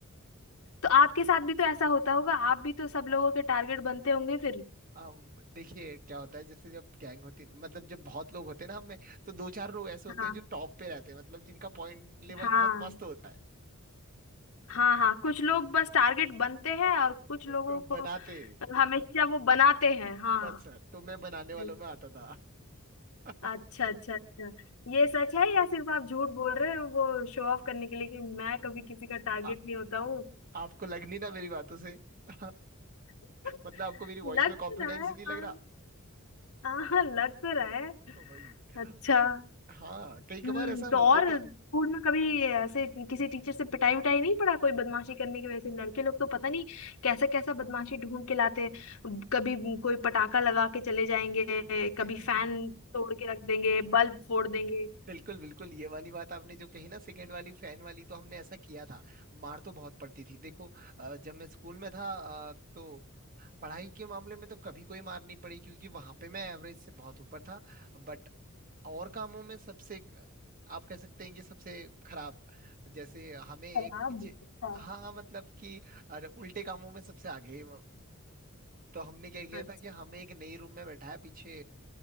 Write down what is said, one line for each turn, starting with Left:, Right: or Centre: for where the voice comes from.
Left: तो आपके साथ भी तो ऐसा होता होगा आप भी तो सब लोगों के टारगेट बनते होंगे फिर
Right: अब देखिए क्या होता है जैसे जब गैंग होती मतलब जब बहुत लोग होते हैं ना हम में तो दो चार लोग ऐसे होते
Left: हाँ
Right: हैं जो टॉप पे रहते हैं मतलब जिनका पॉइंट लेवल
Left: हाँ
Right: बहुत मस्त होता है
Left: हाँ हाँ कुछ लोग बस टारगेट बनते हैं और कुछ लोगों
Right: को
Left: को
Right: बनाते
Left: हमेशा वो बनाते हैं हाँ
Right: बस तो मैं बनाने वालों
Left: नहीं
Right: में आता था
Left: अच्छा
Right: आ,
Left: अच्छा अच्छा ये सच है या सिर्फ आप झूठ बोल रहे हो वो शो ऑफ करने के लिए कि मैं कभी किसी का टारगेट
Right: आ,
Left: नहीं होता हूँ
Right: आपको लग नहीं ना मेरी बातों से <laughs>
Left: <laughs>
Right: मतलब आपको मेरी
Left: लग
Right: वॉइस में
Left: तो
Right: कॉन्फिडेंस
Left: रहा है
Right: नहीं लग
Left: हाँ
Right: रहा
Left: हाँ हाँ, लग तो रहा है
Right: तो वही
Left: अच्छा
Right: हाँ कई
Left: हम्म
Right: कबार ऐसा
Left: तो
Right: होता
Left: और
Right: था
Left: स्कूल में कभी ऐसे किसी टीचर से पिटाई विटाई नहीं पड़ा कोई बदमाशी करने की वजह से लड़के लोग तो पता नहीं कैसा कैसा बदमाशी ढूंढ के लाते हैं कभी कोई पटाखा लगा के चले जाएंगे
Right: <laughs>
Left: कभी फैन तोड़ के रख देंगे बल्ब फोड़ देंगे
Right: बिल्कुल बिल्कुल ये वाली बात आपने जो कही ना सेकंड वाली फैन वाली तो हमने ऐसा किया था मार तो बहुत पड़ती थी देखो अ, जब मैं स्कूल में था अ, तो पढ़ाई के मामले में तो कभी कोई मार नहीं पड़ी क्योंकि वहां पे मैं एवरेज से बहुत ऊपर था बट और कामों में सबसे आप कह सकते हैं कि सबसे खराब जैसे हमें एक
Left: शराब
Right: पीछे
Left: अच्छा
Right: हाँ मतलब कि अरे उल्टे कामों में सबसे आगे तो हमने क्या किया
Left: अच्छा
Right: था कि हमें एक नई रूम में बैठाया पीछे